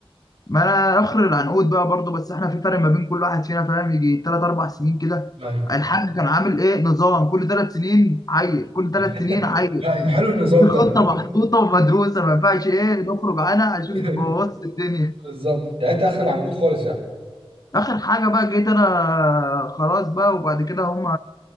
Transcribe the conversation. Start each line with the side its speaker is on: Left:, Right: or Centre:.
Left: ما انا اخر العنقود بقى برضو بس احنا في فرق ما بين كل واحد فينا فاهم يجي ثلاث اربع سنين كده
Right: ايوه
Left: الحاج كان عامل ايه نظام كل ثلاث سنين عيل كل ثلاث
Right: <laughs>
Left: سنين عيل
Right: أيوة، حلو النظام
Left: الخطه
Right: ده
Left: محطوطه ومدروسه ما ينفعش ايه نخرج عنها عشان
Right: <laughs>
Left: نبوظ الدنيا
Right: بالظبط يعني انت اخر العنقود خالص يعني
Left: اخر حاجه بقى جيت انا خلاص بقى وبعد كده هم